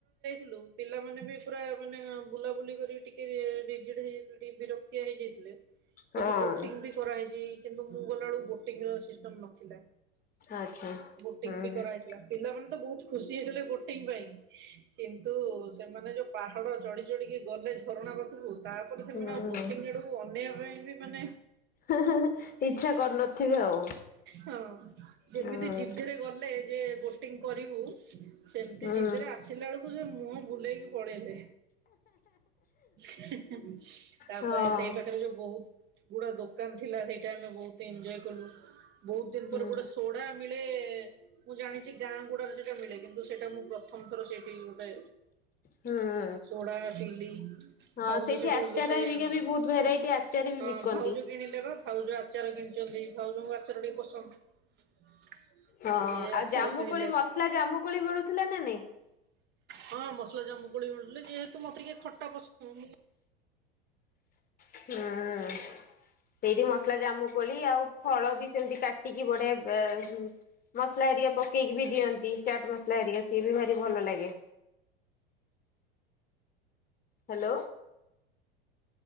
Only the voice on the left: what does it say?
ହଁ
ଆଚ୍ଛା
ହୁଁ
ହୁଁ
ହେଁ ହେଁ ହେଁ ଇଚ୍ଛା କରିନଥିବ ଆଉ
ହୁଁ
ହୁଁ
ହଁ
ହୁଁ
ହୁଁ।
ହଁ
ସେଇଠି
ଆଚାର
ହେରିକା
ବି ବହୁତ ଭେରାଇଟି ଆଚାର ବି
ବିକନ୍ତି।
ହଁ
ଆଉ
ଜାମୁକୋଳି
ମସଲା ଜାମୁକୋଳି ମିଳୁଥିଲା ନା ନାଇଁ?
ହୁଁଉଉ ସେଇଠି ମସଲା ଜାମୁକୋଳି ଆଉ ଫଳ ବି ସେମିତି କାଟିକି ବଢିଆ <inaudible> ମସଲା ହେରିକା ପକେଇକି ବି ଦିଅନ୍ତି ଚାଟ ମସଲା ହେରିକା ସିଏ ବି ଭାରି ଭଲ ଲାଗେ। Hello